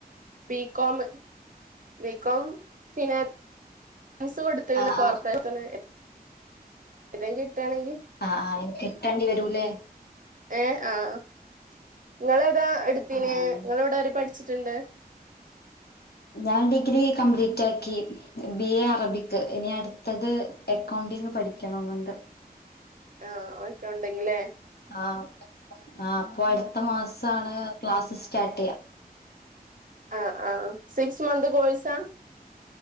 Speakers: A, on the right (about 55°); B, on the left (about 85°).
A: ബികോമ് ബികോം സിന സ്കൊട്ത്ത്
B: ആഹ്
A: ണ്കോർപ്പറേഷൻല്
B: ആഹ്
A: ന്തേകിട്ടാണെങ്കി
B: ആഹ് ആഹ് എനി കിട്ടേണ്ടി വരൂലേ
A: ഏഹ് ആഹ് ങ്ങളേതാ എടുത്തീനേ
B: ആഹ് ആഹ്
A: ങ്ങളേവ്ടവരെ പഠിച്ചിട്ടുണ്ട്
B: ഞാൻ ഡിഗ്രി കംപ്ലീറ്റാക്കി ബി എ അറബിക്ക് ഇനി അടു ത്തത് അക്കൗണ്ടിങ് പഠിക്കണോന്നുണ്ട്
A: ആഹ് ഒക്കോണ്ടിങ്ങ്ലേ
B: ആഹ് ആഹ് പ്പൊ അടുത്ത മാസാണ് ക്ലാസ്സ് സ്റ്റാർട്ട്യ്യാ
A: ആഹ് ആഹ് സിക്സ് മന്ത് കോയ്സാ